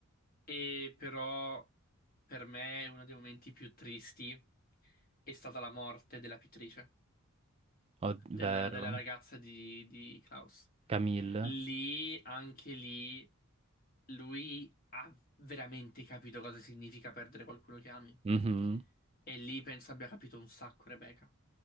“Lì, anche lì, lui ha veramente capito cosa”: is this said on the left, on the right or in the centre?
Left